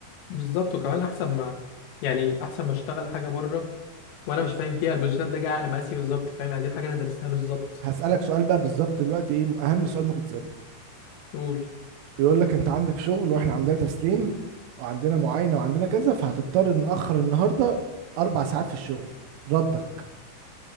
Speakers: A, on the left; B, on the right.
A: بالظبط وكمان احسن ما يعني احسن ما اشتغل حاجه بره وانا مش فاهم فيها البوزيشن ده جاي على مقاسي بالظبط فاهم يعني دي حاجه انا درستها بالظبط
B: هسالك سؤال بقى بالظبط دلوقتي ايه اهم سؤال ممكن تسالك
A: قول
B: يقول لك انت عندك شغل واحنا عندنا تسليم وعندنا معاينة وعندنا كذا فهتضطر نأخر النهاردة أربع ساعات في الشغل ردك